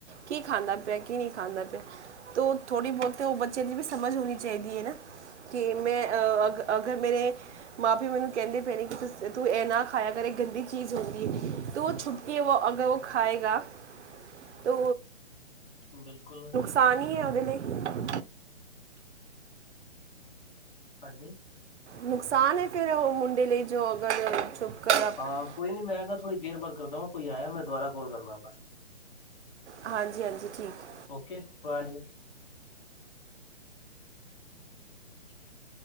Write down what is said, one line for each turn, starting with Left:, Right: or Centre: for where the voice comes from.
Right: ਕੀ ਖਾਂਦਾ ਪਯਾ ਕੀ ਨਹੀਂ ਖਾਂਦਾ ਪਯਾ ਤ ਥੋੜ੍ਹੀ ਬਹੁਤ ਉਹ ਬੱਚਿਆਂ ਦੀ ਵੀ ਸਮਝ ਹੋਣੀ ਚਾਹੀਦੀ ਹੈ ਨਾ ਕਿ ਮੈਂ ਅ ਅਗਰ ਮੇਰੇ ਮਾਂ ਪਿਓ ਮੈਨੂੰ ਕਹਿੰਦੇ ਪਏ ਨੇ ਕਿ ਤੂੰ ਇਹ ਨਾ ਖਾਇਆ ਕਰੇ ਗੰਦੀ ਚੀਜ਼ ਹੁੰਦੀ ਹੈ ਤਾਂ
Left: ਹੂੰ
Right: ਉਹ ਛੁਪ ਕੇ ਉਹ ਅਗਰ ਉਹ ਖਾਏਗਾ, ਤਾਂ
Left: ਬਿਲਕੁਲ
Right: ਤਾਂ ਨੀ ਹੈ, ਉਹਦੇ ਲਈ
Left: ਹਾਂਜੀ
Right: ਨੁਕਸਾਨ ਹੈ ਫੇਰ ਉਹ ਮੁੰਡੇ ਲਈ, ਜੋ ਅਗਰ ਛੁਪ ਕਰ ਆਪ-
Left: ਹਾਂ ਕੋਈ ਨੀ ਮੈਂ ਨਾ ਥੋੜ੍ਹੀ ਦੇਰ ਬਾਰ ਕਰਦਾ ਵਾਂ, ਕੋਈ ਆਇਆ ਮੈਂ ਦੁਬਾਰਾ ਕਾਲ ਕਰਨਾ ਵਾ
Right: ਹਾਂਜੀ -ਹਾਂਜੀ ਠੀਕ
Left: ਓਕੇ ਬਾਏ। ਅ